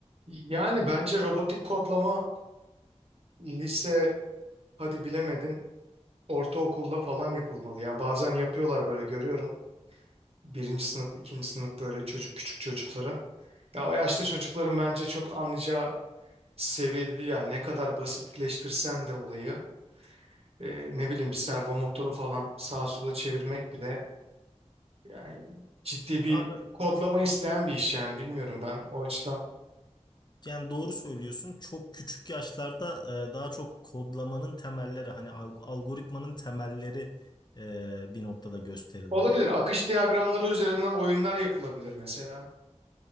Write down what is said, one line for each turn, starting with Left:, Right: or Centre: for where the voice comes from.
Right: Yani bence robotik kodlama lise hadi bilemedin ortaokulda falan yapılmalı. Yani bazen yapıyorlar böyle görüyorum. Birinci sınıf, ikinci sınıf böyle çocuk küçük çocuklara. Ya o yaşta çocukların bence çok anlayacağı seviyede değil yani ne kadar basitleştirsen de olayı e, ne bileyim bir servo motoru falan sağa sola çevirmek bile yani ciddi bir
Left: Abi
Right: kodlama isteyen bir iş yani bilmiyorum ben o açıdan.
Left: yani doğru söylüyorsun. Çok küçük yaşlarda e, daha çok kodlamanın temelleri hani al- algoritmanın temelleri e, bir noktada gösterilmeli.
Right: Olabilir akış diyagramları üzerinden oyunlar yapılabilir mesela.